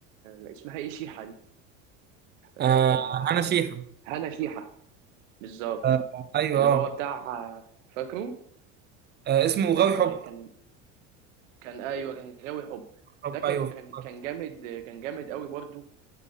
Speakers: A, on the right (about 80°); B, on the right (about 25°).
A: آه، اسمها ايه شيحة دي آه
B: آه انا شيحة
A: هنا شيحة بالظبط
B: آه ايوه
A: اللي هو
B: اه
A: بتاع فاكره
B: آه، اسمه غاوي
A: آه
B: حب
A: كان كان ايوه كان غاوي حب
B: حب
A: ده كان
B: ايوه افتكرت.
A: كان كان جامد كان جامد قوي برضو